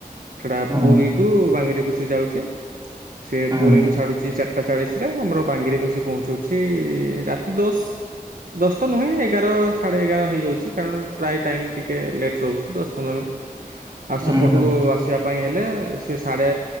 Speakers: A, on the right; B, on the right.
A: ସେଟା
B: ହୁଁ
A: ପୁରୀ ଟୁ ବାଙ୍ଗିରପୋଶି ଯାଉଛି। ସେ
B: ହୁଁ
A: ପୁରୀରୁୁ ଛାଡୁଚି ଚାର୍ଟା ଚାଳିଶରେ ଆମର ବାଙ୍ଗିରପୋଶି ପହଞ୍ଚୁଛି ରାତି ଦଶ ଦଶ ତ ନୁହେଁ ଏଗାର ସାଢେ ଏଗାର ହେଇଯାଉଛି କାରଣ ପ୍ରାଏ ଟାଇମ୍ ଟିକେ ଲେଟ୍ ରୋହୁଛି ଦଶ ପନ୍ଦର ମିନିଟ୍ ଆଉ
B: ହୁଁ
A: ସେପଟୁ
B: ହୁଁ
A: ଆସିବା। ପାଇଁ ହେଲେ ସେ ସାଢ଼େ